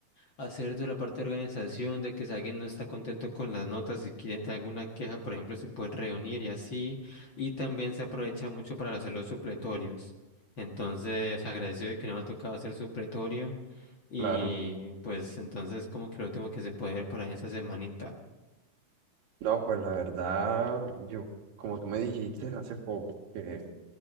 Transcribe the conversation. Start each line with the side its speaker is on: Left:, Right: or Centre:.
Left: hacer toda la parte de organización, de que si alguien no está contento con las notas y quiere tener alguna queja, por ejemplo, se puede reunir y así. Y también se aprovecha mucho para hacer los supletorios. Entonces, agradecido de que no me ha tocado hacer supletorio. Y
Right: Claro.
Left: pues entonces como que lo último que se puede ver por ahí esa semanita.
Right: No, pues la verdad, yo, como tú me dijiste hace poco que